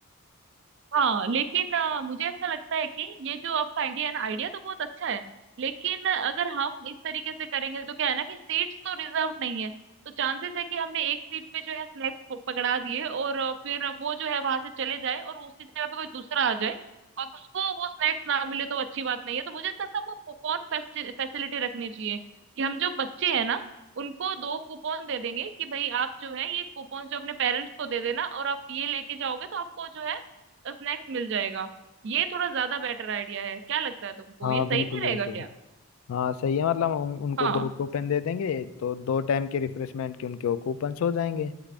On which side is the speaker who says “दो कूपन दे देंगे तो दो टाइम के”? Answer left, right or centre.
Left